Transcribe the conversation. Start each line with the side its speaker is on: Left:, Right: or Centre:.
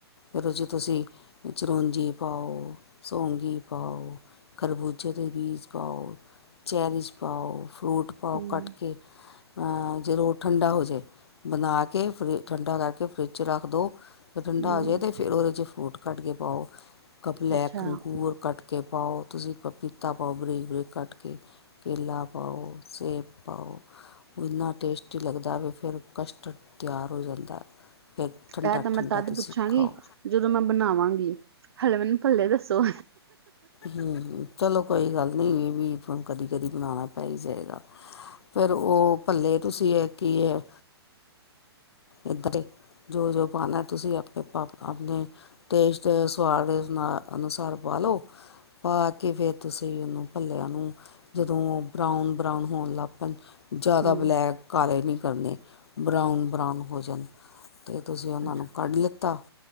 Left: ਓਦੇ ਚ ਤੁਸੀਂ ਚਰੋਂਜੀ ਪਾਓ, ਸੌਂਗੀ ਪਾਓ ਖਰਬੂਜ ਜੇ ਦੇ ਬੀਜ਼ ਪਾਓ, ਚੈਰੀਜ਼ ਪਾਓ, ਫਰੂਟ ਪਾਓ
Right: ਹਮ
Left: ਕਟ ਕੇ। ਆਂ ਜਦੋਂ ਓ ਠੰਡਾ ਹੋ ਜੇ ਬਣਾ ਕੇ ਫਰਿ ਠੰਡਾ ਕਰਕੇ ਫਰਿੱਜ 'ਚ ਰੱਖ ਦੋ। ਠੰਡਾ
Right: ਹਮ
Left: ਹੋ ਜੇ ਤੇ ਫਿਰ ਓਦੇ 'ਚ ਫਰੂਟ ਕੱਟ ਕੇ ਪਾਓ ਕਪ ਲੈਕ
Right: ਅੱਛਾ
Left: ਅੰਗੂਰ
Right: ਹਮ
Left: ਕੱਟ ਕੇ ਪਾਓ ਤੁਸੀਂ। ਪਪੀਤਾ ਪਾਓ ਬਰੀਕ- ਬਰੀਕ ਕੱਟ ਕੇ ਕੇਲਾ ਪਾਓ, ਸੇਬ ਪਾਓ। ਉਹ ਇੰਨਾ ਟੇਸਟੀ ਲੱਗਦਾ ਵੇ ਫੇਰ ਕਸਟਰਡ ਤਿਆਰ ਹੋ ਜਾਂਦਾ। ਫੇਰ ਠੰਡਾ-
Right: ਇਹ ਤਾਂ ਮੈਂ
Left: ਠੰਡਾ
Right: ਤਦ
Left: ਤੁਸੀਂ
Right: ਪੁੱਛਾਂਗੀ
Left: ਖਾਓ।
Right: ਜਦੋਂ ਮੈਂ ਬਣਾਵਾਂਗੀ, ਹਲੇੇ ਮੈਨੂੰ ਭਲੇ ਦੱਸੋ।
Left: ਹੂੰ ਚਲੋ ਕੋਈ ਗੱਲ ਨੀ ਇਹ ਵੀ ਹੁਣ ਕਦੀ- ਕਦੀ ਬਣਾਣਾ। ਪਈ ਹੀ ਜਾਏਗਾ ਫੇਰ ਉਹ ਭਲੇ ਤੁਸੀਂ ਐ ਕੀ ਹੈ। ਇੱਧਰ ਦੇ ਜੋ- ਜੋ ਪਾਉਣਾ ਤੁਸੀਂ ਆਪੇ ਪਾ ਕੇ। ਆਪਣੇ ਟੇਸਟ ਸਵਾਦ ਦੇ ਅ ਅਨੁਸਾਰ ਪਾਲਓ। ਪਾ ਕੇ ਫੇਰ ਤੁਸੀਂ ਉਹਨੂੰ ਭੱਲੇਆਂ ਨੂੰ ਜਦੋਂ ਉਹ ਬਰਾਊਨ- ਬਰਾਊਨ ਹੋਣ ਲੱਗ ਪੈਣ। ਜ਼ਿਆਦਾ
Right: ਹਮ
Left: ਬਲੈਕ ਕਾਲੇ ਨੀ ਕਰਨੇ, ਬਰਾਊਨ- ਬਰਾਾਊਨ ਹੋ ਜਾਣ। ਤੇ ਤੁਸੀਂ ਉਹਨਾਂ
Right: ਅੱਛਾ
Left: ਨੂੰ ਕੱਢ ਲਿੱਤਾ-